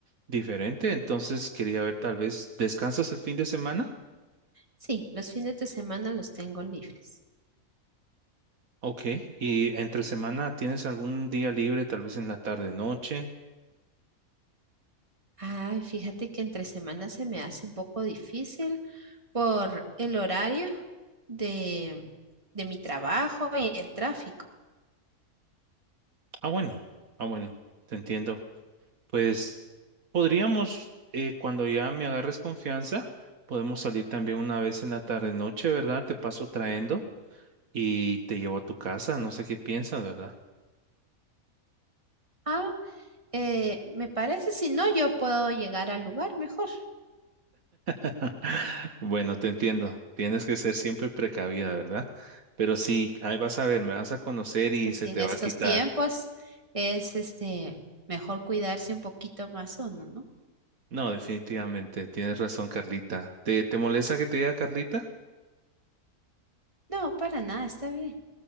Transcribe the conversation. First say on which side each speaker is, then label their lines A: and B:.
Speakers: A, on the right; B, on the right.
A: diferente. Entonces, quería ver, tal vez, ¿descansas el fin de semana?
B: Sí, los fines de semana los tengo libres.
A: Ok. ¿Y entre semana tienes algún día libre, tal vez en la tarde, noche?
B: Ay, fíjate que entre semanas se me hace un poco difícil por el horario de, de mi trabajo y el tráfico.
A: Ah, bueno, ah, bueno, te entiendo. Pues podríamos, eh, cuando ya me agarres confianza, podemos salir también una vez en la tarde noche, ¿verdad? Te paso trayendo y te llevo a tu casa, no sé qué piensas, ¿verdad?
B: Ah, eh, me parece, si no, yo puedo llegar al lugar mejor.
A: <laughs> Bueno, te entiendo. Tienes que ser siempre precavida, ¿verdad? Pero sí, ahí vas a ver, me vas a conocer y
B: Es que
A: se
B: si
A: te
B: en estos
A: va a quitar.
B: tiempos es este mejor cuidarse un poquito más uno, ¿no?
A: No, definitivamente, tienes razón, Carlita. ¿Te, te molesta que te diga Carlita?
B: No, para nada, está bien,